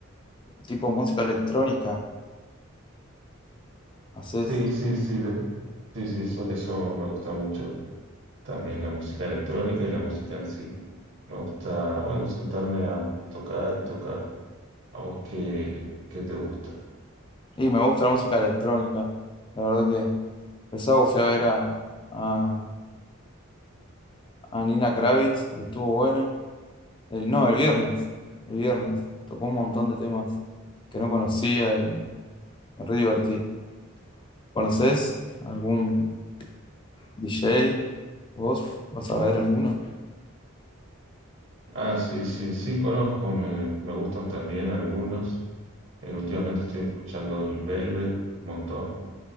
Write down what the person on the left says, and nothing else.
Tipo música electrónica, haces.
Y me gusta la música electrónica. La verdad que el sábado fui a ver a, a, a Nina Kravitz y estuvo bueno. El, no, el viernes. El viernes. Tocó un montón de temas que no conocía y me re divertí. ¿Conoces algún DJ? ¿Vos vas a ver alguno?